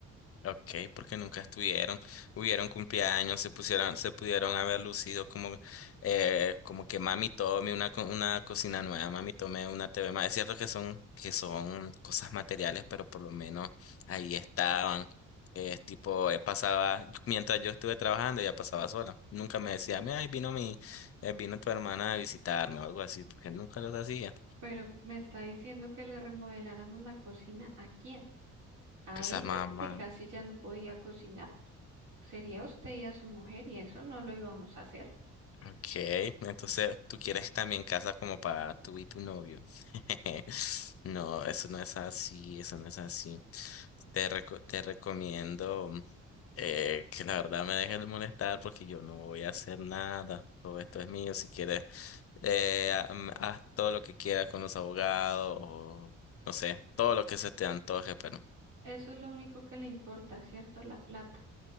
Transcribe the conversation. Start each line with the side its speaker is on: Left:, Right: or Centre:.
Left: Ok, porque nunca estuvieron, hubieron cumpleaños, se pusieron, se pudieron haber lucido como, eh, como que mami tome una, co- una cocina nueva, mami tome una TV más. Es cierto que son, que son cosas materiales, pero por lo menos ahí estaban. Eh, Es tipo, eh, pasaba, mientras yo estuve trabajando, ella pasaba sola. Nunca me decía, mira, ahí vino mi, eh, vino tu hermana a visitarme o algo así, porque nunca los hacía.
Right: Pero me está diciendo que le remodeláramos la cocina ¿a quién? ¿A
Left: Pues
Right: ella
Left: a mamá.
Right: que casi ya no podía cocinar? Sería usted y a su mujer y eso no lo íbamos a hacer.
Left: Ok, entonces tú quieres también casa como para tú y tu novio. <laughs> No, eso no es así, eso no es así. Te, reco- te recomiendo eh, que la verdad me dejes de molestar porque yo no voy a hacer nada. Todo esto es mío. Si quieres, eh, ha- mm, haz todo lo que quieras con los abogados o no sé, todo lo que se te antoje, pero
Right: Eso es lo único que le importa, ¿cierto? La plata.